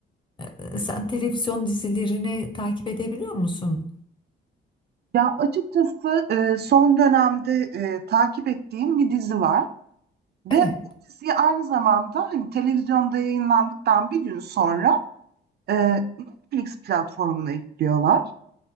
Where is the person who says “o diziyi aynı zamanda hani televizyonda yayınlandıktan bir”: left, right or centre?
Right